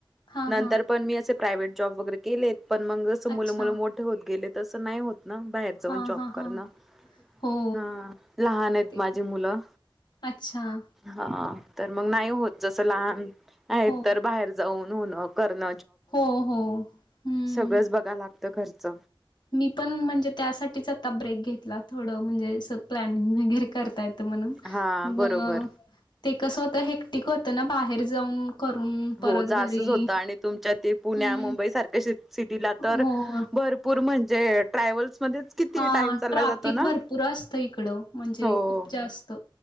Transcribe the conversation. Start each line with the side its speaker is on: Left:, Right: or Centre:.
Left: हा
Centre: नंतर
Left: हा
Centre: पण मी असे प्रायव्हेट जॉब वगैरे केलेत पण मग जसं
Left: अच्छा.
Centre: मुलं मु मोठे होत गेले तसं नाही होत ना बाहेर जाऊन
Left: हा
Centre: जॉब
Left: हा
Centre: करणं
Left: हा हो
Centre: हा लहान आहेत
Left: ते
Centre: माझे मुलं
Left: अच्छा.
Centre: हा तर मग नाही होत जस लहान आहेत
Left: हो,
Centre: तर बाहेर जाऊन होण करण
Left: हो हो हं.
Centre: सगळंच बघा लागतं घरच
Left: मी पण म्हणजे त्यासाठीच आता ब्रेक घेतला थोडं म्हणजे प्लॅनिंग वगैरे करतायत ण
Centre: हा
Left: मग
Centre: बरोबर
Left: ते स्वतः हेटिक होत ना बाहेर जाऊन करून
Centre: हो
Left: परत
Centre: जास्च
Left: घरी
Centre: होतं आणि तुमच्या ते पुण्या
Left: हं.
Centre: मुंबई सारख्या श सिटीला
Left: हो.
Centre: तर भरपूर म्हणजे, ट्रॅव्हल्स मध्येच किती
Left: हा
Centre: टाइम चालला
Left: ट्राफिक
Centre: जातो ना
Left: भरपूर असतं, इकडं. म्हणजे
Centre: हो
Left: खूप जास्त.